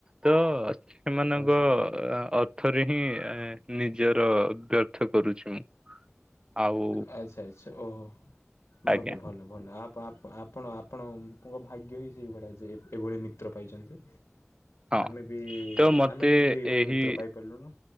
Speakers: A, on the right (about 15°); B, on the left (about 65°).
A: ତ ସେମାନଙ୍କ
B: ଆଚ୍ଛା
A: ଅର୍ଥରେ ହିଁ ନିଜର ବ୍ୟର୍ଥ କରୁଛି ମୁଁ। ଆଉ
B: ଆଚ୍ଛା ଆଚ୍ଛା ଓହୋ
A: ଆଜ୍ଞା
B: ଭଲ ଭଲ। ଭଲ ଆପଣ ଆପଣଙ୍କ ଭାଗ୍ୟ ହିଁ ସେଇଭଳିଆ ଯେ ଏଭଳି ମିତ୍ର ପାଇଛନ୍ତି।
A: ହଁ
B: ଆମେ ବି
A: ତ ମତେ
B: ଆମେ କିନ୍ତୁ ଏଇଭଳିଆ
A: ଏହି
B: ମିତ୍ର ପାଇପାରିଲୁନୁ।